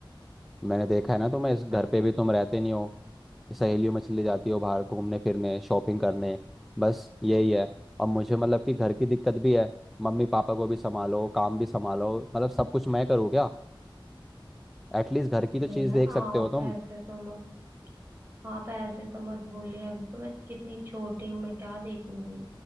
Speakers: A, in the centre; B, on the right.
A: मैंने देखा है ना तुम्हें इस घर
B: बस
A: पे भी तुम रहते नहीं हो सहेलियों में चली जाती हो बाहर घूमने फिरने शॉपिंग करने बस यही है अब मुझे मतलब कि घर की दिक्कत भी है मम्मी पापा को भी संभालो काम भी संभालो मतलब सब कुछ मैं करूँ क्या एटलीस्ट घर की तो
B: भैया
A: चीज़ देख सकते
B: आप
A: हो तुम
B: ऐसे तो मत आप ऐसे तो मत बोलिए अभी तो मैं कितनी छोटी हूँ मैं क्या देखूंगी